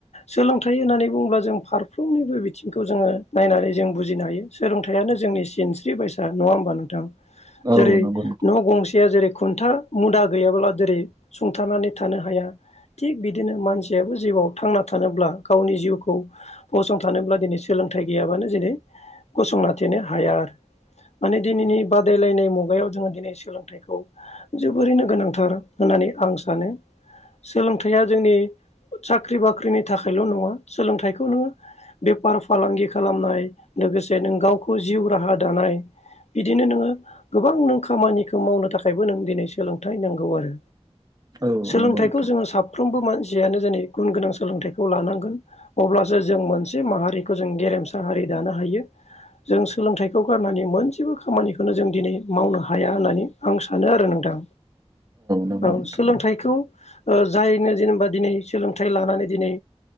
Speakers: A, on the left; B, on the right.
A: सोलोंथाइ होननानै बुङोब्ला जों फारफ्रोमनिबो बिथिंखौ जोङो नायनानै जों बुजिनो हायो सोलोंथाइ यानो जोंनि सिनस्रि बायसा नङा होमबा नोंथां
B: औ
A: जेरै
B: नंगौ नोंथां
A: न' गंसेया जेरै खुन्था मुदा गैयाब्ला जेरै सुंथानानै थानो हाया थिग बिदिनो मानसियाबो जिउआव थांना थानोब्ला गावनि जिउखौ फसं थानोब्ला दिनै सो लोंथाइ गैयाबानो जेरै गसंना थानो हाया आरो माने दिनैनि बादायलायनाय मुायाव जोङो दिनै सोलोंथाइखौ जोबोरैनो गोनांथार होननानै आं सानो सोलोंथाइया जोंनि साख्रि बाख्रिनि थाखायल' नङा सोलोंथाइखौ नोङो बेफार फालांगि खालामनाय लोगोसे नों गाव खौ जिउ राहा दानाय बिदिनो नोङो गोबां नों खामानिखौ मावनो थाखायबो नों दिनै सोलोंथाइ नांगौ आरो
B: औ
A: सोलोंथाइखौ
B: नंगौ नोंथां
A: जोङो साफ्रोमबो मानसि यानो जोंनि गुन गोनां सोलोंथाइखौ लानांगोन अब्लासो जों मोनसे माहारिखौ जों गेरेम साहारि दानो हायो जों सोलोंथाइखौ गारनानै मोनसेबो खामानिखौनो जों दिनै मावनो हाया होननानै आं सानो आरो नोंथां
B: नंगौ
A: औ
B: नोंथां
A: सोलोंथाइखौ ओ जायनो जेनेबा दिनै सोलोंथाइ लानानै दिनै